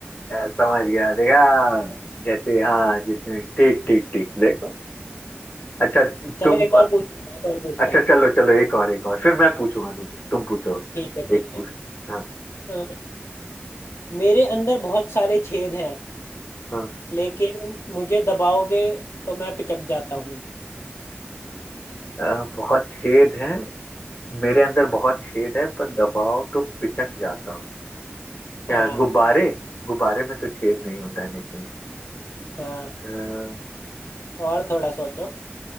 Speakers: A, on the left; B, on the left.
A: अ, समझ गया देखा जैसे हाँ जितने ठीक ठीक ठीक देखो अच्छा
B: चलो
A: तुम
B: एक और पूछता हूँ एक और पूछता
A: अच्छा
B: हूँ
A: चलो चलो एक और एक और फिर मैं पूछूंगा तुमसे तुम पूछो
B: ठीक है ठीक
A: एक पूछ
B: है
A: हाँ
B: अ, मेरे अंदर बहुत सारे छेद हैं
A: हाँ
B: लेकिन मुझे दबाओगे तो मैं पिचक जाता हूँ
A: अ, बहुत छेद है मेरे अंदर बहुत छेद है पर दबाओ तो पिचक जाता हूँ क्या
B: हाँ
A: गुब्बारे गुब्बारे में तो छेद नहीं होता है लेकिन
B: हाँ
A: अ,
B: और थोड़ा सोचो